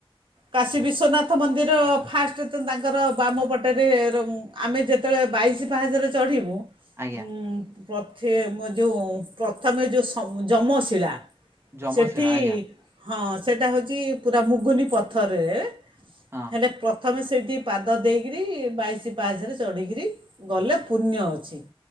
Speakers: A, on the right; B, on the right.
A: କାଶୀବିଶ୍ ଶ୍ୱନାଥ ମନ୍ଦିର ଫାଷ୍ଟ୍ ତ ତାଙ୍କର ବାମ ପଟେରେ ରହୁଁ ଆମେ ଯେ ଯେତଳେ ବାଇଶି ପାହାଚରେ ଚଢ଼ିବୁ।
B: ଆଜ୍ଞା
A: ଉଁ ପ୍ରଥେ ମ ଯୋଉ ପ୍ରଥମେ ଯୋଉ ଶମ୍ ଯମଶିଳା।
B: ଯମଶିଳା
A: ସେଠି
B: ଆଜ୍ଞା
A: ହଁ ସେଇଟା ହଉଛି ପୁରା ମୁଗୁନି ପଥରରେ।
B: ହଁ
A: ହେଲେ ପ୍ରଥମେ ସେଇଠି ପାଦ ଦେଇକିରି ବାଇଶି ପାହାଚରେ ଚଢିକିରି। ଗଲେ ପୁଣ୍ୟ ଅଛି।